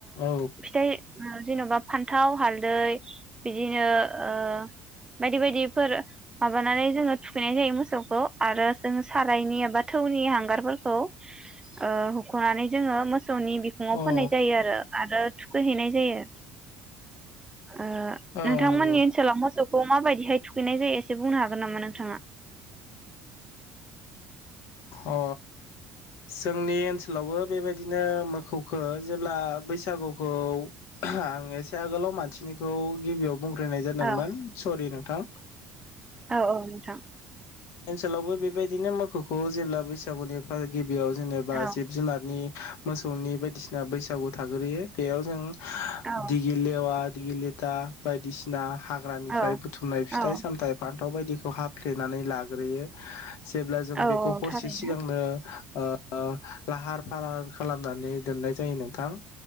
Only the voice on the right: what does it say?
फिथाइ ओ जेनबा फान्थाव हालदै बिदिनो ओ बायदि बायदि फोर माबानानै जोङो थुखैनाय जायो मोसौखौ आरो जों सारायनि एबा थौनि हांगारफोरखौ ओ हखनानै जोङो मोसौनि बिखुङाव
फोननाय जायो आरो आरो थुखैहैनाय जायो। ओ
नोंथांमोननि
ओनसोलाव मोसौ खौ बायदिहाय थुखैनाय जायो एसे बुंनो हागोन नामा नोंथाङा?
औ
औ औ नोंथां।
औ
औ
औ
औ
औ
औ
थारैनो